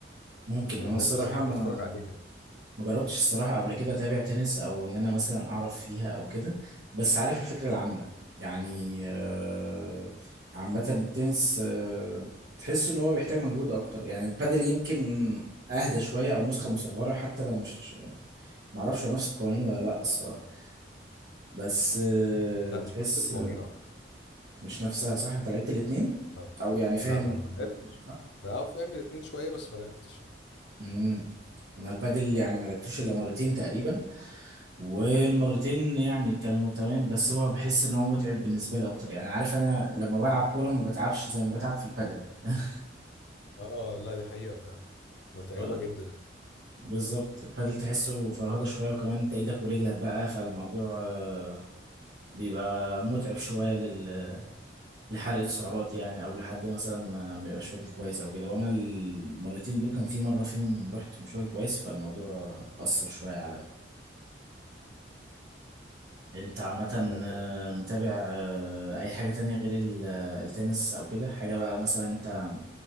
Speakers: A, on the right; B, on the left.
A: ممكن
B: من
A: انا يعني
B: الناس
A: الصراحة
B: اللي انا بحب
A: بصراحة ما
B: اتفرج عليها يعني.
A: ما جربتش الصراحة قبل كده أتابع تنس أو إن أنا مثلا أعرف فيها أو كده بس عارف الفكرة العامة يعني آه، عامة التنس آه، تحس إن هو بيحتاج مجهود أكتر يعني البادل يمكن أهدى شوية أو نسخة مصغرة حتى لو مش معرفش هو نفس القوانين ولا لأ الصراحة بس آه،
B: لا مش
A: تحس
B: شفت القوانين اعتقد
A: مش نفسها صح أنت لعبت الاتنين
B: لا
A: أو يعني فاهم
B: لا ما ما
A: الاتنين
B: لعبتش
A: صح؟
B: بقى آه، فاهم الاتنين شويه بس ما لعبتش يعني
A: مم. أنا البادل يعني ما لعبتوش إلا مرتين تقريبا والمرتين يعني كانوا تمام بس هو بحس ان هو متعب بالنسبه لي اكتر يعني عارف انا لما بلعب كوره ما بتعبش زي ما بتعب في البادل <laughs>
B: اه لا دي حقيقه فعلا متعبه
A: ف-
B: جدا
A: بالظبط البادل تحسه فرهضه شويه وكمان انت ايدك ورجلك بقى فالموضوع آه، بيبقى متعب شويه لل... لحرقه السعرات يعني او لحد مثلا ما ما يبقاش واكل كويس او كده وانا المرتين دول كان في مره فيهم رحت مش واكل كويس فالموضوع اثر شويه عليا انت عامة
B: آه،
A: آه، متابع آه، اي حاجة تانية غير ال- آه، التنس او كده حاجة بقى مثلا انت